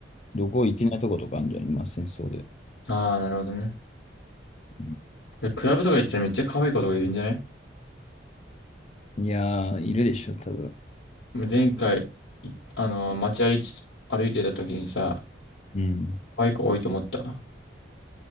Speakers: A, on the left (about 35°); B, on the left (about 85°).
A: 旅行行けないとことかあるんじゃん、今、戦争で。
B: ああ、なるほどね。
A: うん
B: で、クラブとか行ったらめっちゃ可愛い子とかいるんじゃない
A: いやー、いるでしょ、多分。
B: 前回、いあの、街歩いて、歩いてた時にさ、
A: うん。
B: バイク多いと思った。